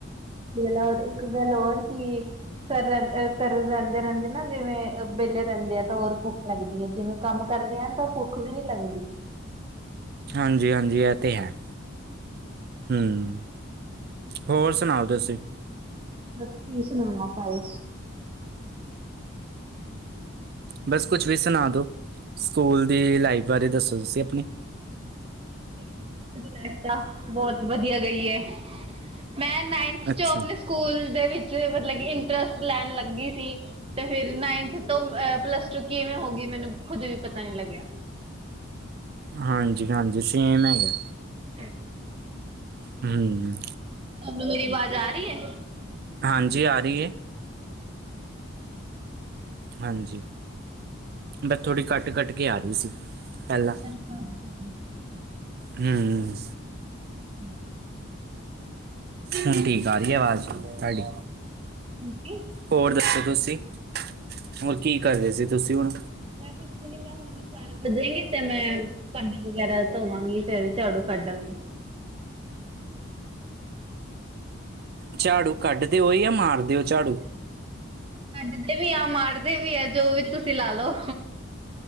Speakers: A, on the right; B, on the right.
A: <unintelligible> ਘਰ ਰਹਿੰਦੇ, ਰਹਿੰਦੇ ਨਾ ਜਿਵੇਂ ਵਿਹਲੇ ਰਹਿੰਦੇ ਆ ਤਾਂ ਹੋਰ ਭੁੱਖ ਲੱਗਦੀ ਹੈ ਜਿਵੇਂ ਕੰਮ ਕਰਦੇ ਹਾਂ ਤਾਂ ਭੁੱਖ ਵੀ ਨੀ ਲੱਗਦੀ।
B: ਹਾਂਜੀ, ਹਾਂਜੀ ਇਹ ਤੇ ਹੈ। ਹੂੰ, ਹੋਰ ਸੁਣਾਓ ਤੁਸੀਂ?
A: ਬਸ ਕੀ ਸੁਣਾਵਾਂ ਭਾਈ।
B: ਬਸ ਕੁਛ ਵੀ ਸੁਣਾ ਦੋ ਸਕੂਲ ਦੀ ਲਾਈਫ ਬਾਰੇ ਦੱਸੋ ਤੁਸੀਂ ਆਪਣੀ।
A: <unintelligible> ਬਹੁਤ ਵਧੀਆ ਰਹੀ ਹੈ ਮੈਂ ਨਾਈਨਥ
B: ਅੱਛਾ
A: ਚੋ ਆਪਣੇ ਸਕੂਲ ਦੇ ਵਿੱਚ ਮਤਲਬ ਕਿ ਇੰਟਰਸਟ ਲੈਣ ਲੱਗੀ ਸੀ। ਤੇ ਫਿਰ ਨਾਈਨਥ ਤੋਂ ਪਲੱਸ ਟੂ ਕਿਵੇਂ ਹੋ ਗਈ ਮੈਨੂੰ ਖੁਦ ਵੀ ਪਤਾ ਨੀ ਲੱਗਿਆ।
B: ਹਾਂਜੀ, ਹਾਂਜੀ ਸੇਮ ਹੈਗਾ।
A: <inaudible>
B: ਹੂੰ।
A: ਤੁਹਾਨੂੰ ਮੇਰੀ ਆਵਾਜ਼ ਆ ਰਹੀ ਏ।
B: ਹਾਂਜੀ ਆ ਰਹੀ ਹੈ ਹਾਂਜੀ, ਬਸ ਥੋੜ੍ਹੀ ਕੱਟ, ਕੱਟ ਕੇ ਆ ਰਹੀ ਸੀ ਪਹਿਲਾਂ।
A: <unintelligible>
B: ਹੂੰ।
A: <inaudible>
B: ਹੁਣ ਠੀਕ ਆ ਰਹੀ ਆਵਾਜ਼ ਤੁਹਾਡੀ।
A: ਹੁਣ ਠੀਕ।
B: ਹੋਰ ਦੱਸੋ ਤੁਸੀਂ ਹੋਰ ਕੀ ਕਰ ਰਹੇ ਸੀ ਤੁਸੀਂ ਹੁਣ?
A: <unintelligible> ਚਾਰ ਵਜਨਗੇ ਤੇ ਮੈਂ ਭਾਂਡੇ ਵਗੈਰਾ ਧੋਵਾਂਗੀ ਫੇਰ ਝਾੜੂ ਕੱਢਾਂਗੀ।
B: ਝਾੜੂ ਕੱਢ ਦਿਓ ਜਾਂ ਮਾਰ ਦਿਓ ਝਾੜੂ।
A: ਕੱਢਦੇ ਵੀ ਆ ਮਾਰਦੇ ਵੀ ਆ ਜੋ ਵੀ ਤੁਸੀਂ ਲਾ ਲਓ।